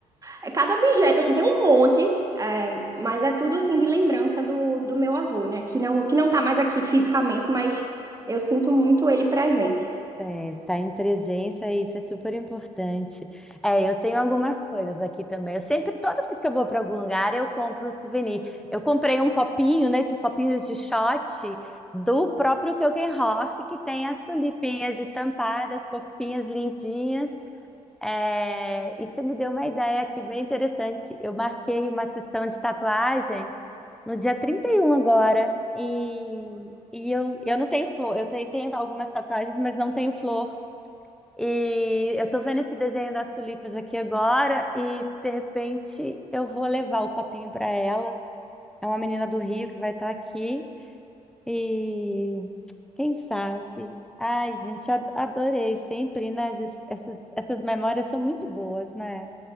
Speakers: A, on the right (about 20°); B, in the centre.
A: é cada objeto, assim, tem um monte, é, mas é tudo, assim, de lembrança do, do meu avô, né? Que não, que não tá mais aqui fisicamente, mas eu sinto muito ele presente.
B: É, tá em presença, isso é super importante. É, eu tenho algumas coisas aqui também. Eu sempre, toda vez que eu vou para algum lugar, eu compro um souvenir. Eu comprei um copinho, né? Esses copinhos de shot do próprio Keukenhof, que tem as tulipinhas estampadas, fofinhas, lindinhas. É, e você me deu uma ideia aqui bem interessante. Eu marquei uma sessão de tatuagem no dia 31 agora. E, e eu, eu não tenho flor. Eu tenho, tenho algumas tatuagens, mas não tenho flor. E eu tô vendo esse desenho das tulipas aqui agora. E de repente eu vou levar o copinho para ela. É uma menina do Rio que vai estar aqui. E quem sabe? Ai, gente, ad- adorei sempre, né? Essas, essas, essas memórias são muito boas, né?